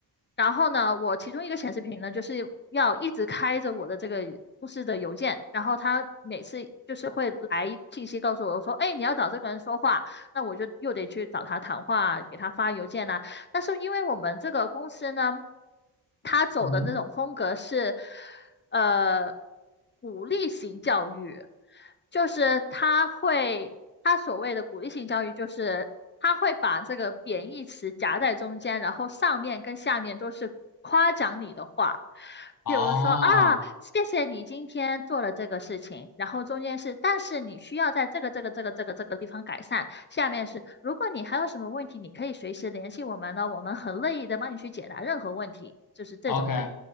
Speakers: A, on the left (about 25°); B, on the left (about 50°).
A: 然后呢，我其中一个显示屏呢，就是要一直开着我的这个公司的邮件，然后他每次就是会来信息告诉我说，哎，你要找这个人说话，那我就又得去找他谈话，给他发邮件呐、但是因为我们这个公司呢，他走的那种风格是，
B: 嗯，
A: 呃鼓励型教育，就是他会，他所谓的鼓励性教育，就是他会把这个贬义词夹在中间，然后上面跟下面都是夸奖你的话。
B: 哦
A: 比如说啊，谢谢你今天做了这个事情，然后中间是，但是你需要在这个这个这个这个这个地方改善。下面是，如果你还有什么问题，你可以随时联系我们呢，我们很乐意的帮你去解答任何问题，就是这种感觉
B: ，OK。